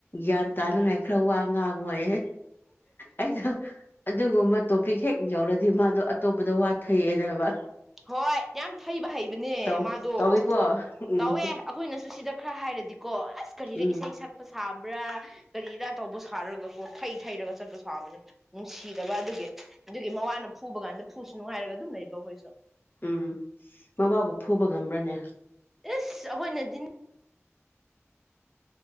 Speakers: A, on the left; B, in the centre.
A: ꯒ꯭ꯌꯥꯟ ꯇꯥꯅꯉꯥꯏ ꯈꯔ ꯋꯥ ꯉꯥꯡꯉꯣꯏꯌꯦ ꯑꯩꯗꯣ ꯑꯗꯨꯒꯨꯝꯕ ꯇꯣꯄꯤꯛ ꯍꯦꯛ ꯌꯧꯔꯗꯤ ꯃꯥꯗꯣ ꯑꯇꯣꯞꯄꯗ ꯋꯥꯊꯩꯌꯦꯅ ꯍꯥꯏꯕ
B: ꯍꯣꯏ ꯌꯥꯝ ꯊꯩꯕ ꯍꯩꯕꯅꯦ
A: ꯇꯧ
B: ꯃꯥꯗꯣ
A: ꯇꯧꯋꯤꯀꯣ ꯎꯝ
B: ꯇꯧꯋꯦ ꯑꯩꯈꯣꯏꯅꯁꯨ ꯁꯤꯗ ꯈ꯭ꯔ ꯍꯥꯏꯔꯗꯤ ꯀꯣ ꯑꯁ ꯀꯔꯤꯔꯥ
A: ꯎꯝ
B: ꯏꯁꯩ ꯁꯛꯄ ꯁꯥꯕ꯭ꯔꯥ ꯀꯔꯤꯗ ꯇꯧꯕ ꯁꯥꯔꯒꯀꯣ ꯊꯩ ꯊꯩꯔꯕ ꯆꯠꯄꯥꯁꯨ ꯐꯥꯕꯅꯤ ꯅꯨꯡꯁꯤꯗꯕ ꯑꯗꯨꯒꯤ ꯑꯗꯨꯒꯤ ꯃꯋꯥꯅ ꯐꯨꯕ ꯀꯥꯟꯗ ꯐꯨꯁꯨ ꯅꯨꯡꯉꯥꯏꯔꯒ ꯑꯗꯨꯝ ꯂꯩꯕ ꯑꯩꯈꯣꯏꯁꯨ
A: ꯎꯝ ꯃꯥꯋꯥꯕꯨ ꯐꯨꯕ ꯉꯝꯕ꯭ꯔꯅꯦ
B: ꯑꯩꯈꯣꯏꯅꯗꯤꯖꯤ